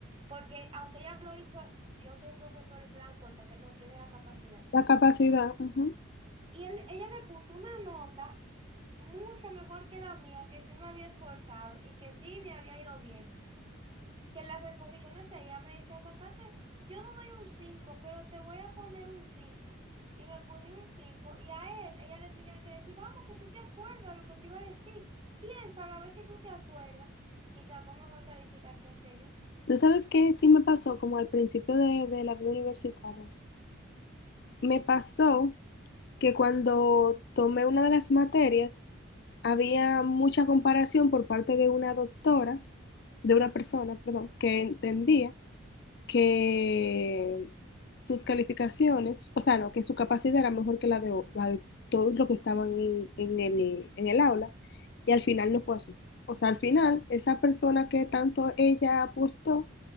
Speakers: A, on the right (about 25°); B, on the left (about 50°).
A: Porque aunque ella lo hizo así, otros profesores se dan cuenta que no tiene la capacidad.
B: La capacidad, ujú.
A: Y él- ella le puso una nota mucho mejor que la mía, que sí me había esforzado y que sí me había ido bien. Que en las exposiciones de ella me decía, sacate, yo no doy un 5, pero te voy a poner un cinco Y me ponía un 5 y a él, ella le tenía que decir, vamos, que tú te acuerdas lo que te iba a decir, piénsalo a ver si tú te acuerdas. Y sacó mejor calificación que yo.
B: ¿Tú sabes qué sí me pasó como al principio de, de la vida universitaria? Me pasó que cuando tomé una de las materias, había mucha comparación por parte de una doctora, de una persona, perdón, que entendía que sus calificaciones, o sea, no, que su capacidad era mejor que la de, o- la de todos los que estaban en, en el, en el aula, y al final no fue así. O sea, al final, esa persona que tanto ella apostó,